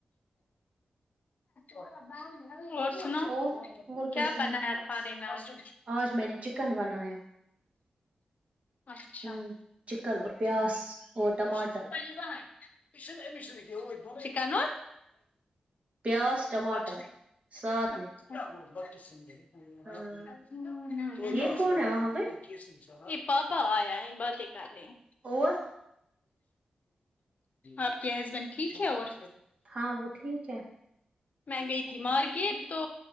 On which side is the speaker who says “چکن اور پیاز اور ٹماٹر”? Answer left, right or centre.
Right